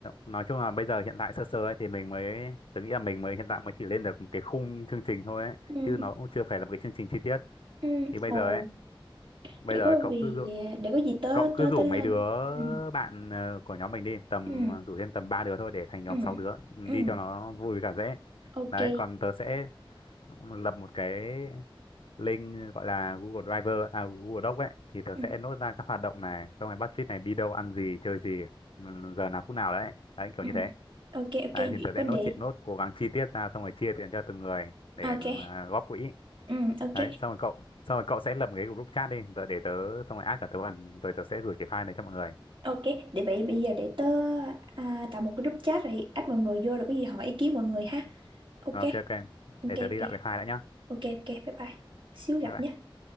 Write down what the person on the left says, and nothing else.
nói chung là bây giờ hiện tại sơ sơ ấy thì mình mới tớ nghĩ là mình mới hiện tại mới chỉ lên được một cái khung chương trình thôi ấy
chứ nó cũng chưa phải là một cái chương trình chi tiết
thì bây
giờ ấy bây
giờ
ấy, cậu
cứ rủ
cậu cứ
rủ
mấy đứa
bạn ờ, của nhóm mình đi tầm
rủ thêm tầm ba đứa thôi để thành nhóm
sáu đứa
đi cho nó vui với cả dễ
đấy còn tớ sẽ lập một cái link gọi là Google Driver à Google Doc ấy thì tớ
sẽ nốt ra các hoạt động này xong rồi budget này đi đâu ăn gì chơi gì ừm, giờ nào phút nào đấy đấy kiểu
như thế
đấy
thì tớ sẽ
nốt chuyện nốt cố gắng chi tiết ra xong rồi chia tiền cho từng người để
mà góp quỹ
đấy xong rồi cậu xong rồi cậu sẽ lập một cái group chat đi tớ để tớ xong rồi add cả tớ vào rồi tớ sẽ gửi cái file này cho mọi người
ok ok
để
tớ đi tạo cái file đã nhá
Bye bye.